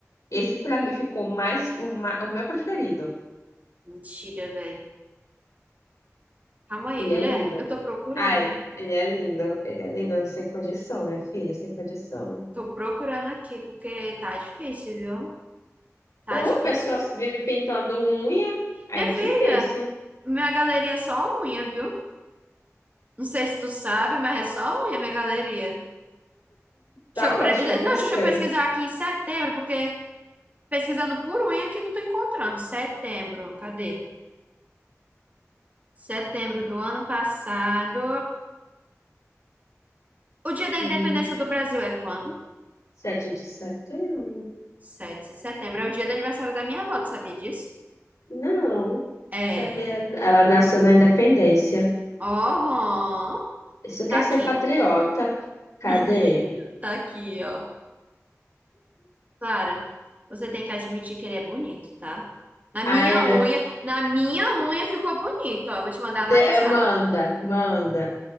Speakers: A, on the left; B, on the right.
A: Esse pra mim ficou mais o o meu preferido.
B: Mentira, velho. Calma aí,
A: Ele
B: mulher,
A: é lindo.
B: eu tô procurando.
A: Ai, ele é lindo. Ele é lindo, sem condição, minha filha, sem condição.
B: Tô procurando aqui, porque tá difícil, viu? Tá
A: Uma
B: difícil.
A: pessoa vive pintando unha, aí
B: Minha
A: é
B: filha,
A: difícil.
B: minha galeria é só unha, viu? Não sei se tu sabe, mas é só unha minha galeria. Deixa
A: Tá
B: eu pre-
A: ótimo você.
B: Não, deixa eu pesquisar aqui em setembro, porque Pesquisando por unha que não estou encontrando. Setembro, cadê? Setembro do ano passado. O dia da
A: Hum,
B: independência do Brasil é quando?
A: Sete de setembro.
B: 7 de setembro. É o dia do aniversário da minha avó, tu sabia disso?
A: Não,
B: É.
A: sabia. Ela nasceu na Independência.
B: Oh,
A: Isso
B: tá
A: quer
B: aqui.
A: ser patriota. Cadê?
B: Menina. tá aqui, ó. Clara, você tem que admitir que ele é bonito, tá? Na minha
A: Ai, minha
B: unha, na minha unha ficou bonito, ó. Eu vou te mandar no
A: filha,
B: WhatsApp.
A: manda, manda.